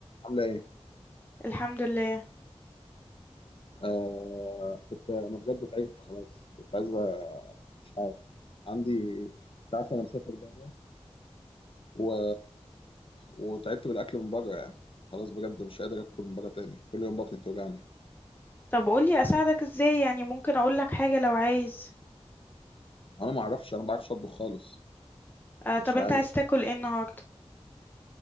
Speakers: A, on the left; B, on the left.
A: عاملة إيه؟
B: الحمد لله
A: آه كنت أنا بجد تعبت خلاص كنت عايز أ- مش عارف عندي أنت عارف أنا مسافر بره و... وتعبت بالأكل من بره يعني خلاص بجد مش قادر آكل من بره تاني كل يوم بطني بتوجعني
B: طب قولي اساعدك ازاي يعني ممكن اقولك حاجة لو عايز
A: أنا ما أعرفش أنا ما بعرفش أطبخ خالص
B: آه
A: مش
B: طب انت
A: عارف
B: عايز تاكل ايه النهاردة